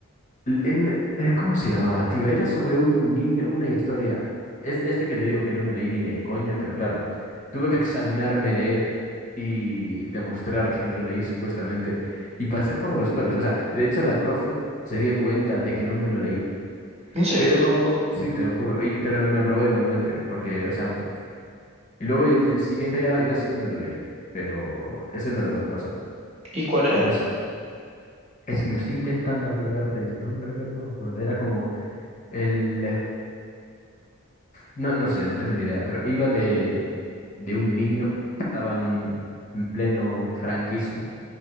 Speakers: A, on the left (about 35°); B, on the right (about 30°).
A: L- En, eh, ¿cómo se llamaba, tío? Era sobre un niño, una historia. Es este que te digo que no me leí ni de coña, pero claro, tuve que examinarme de él y demostrar que me lo leí supuestamente. Y pasé por los pelos. O sea, de hecho la profe se dio cuenta de que no me lo leí.
B: ¿En serio?
A: Pero como, sí, te lo juro, y, pero me aprobó igualmente, porque, o sea, y luego el el siguiente ya, ya sí que me lo leí, pero ese me lo dejó pasar.
B: ¿Y cuál era?
A: Y pues, es que me estoy intentando acordar del nombre, pero no me acuerdo. Era como el... No, no sé, no tengo ni idea, pero iba de, de un niño que estaba en, en pleno franquismo,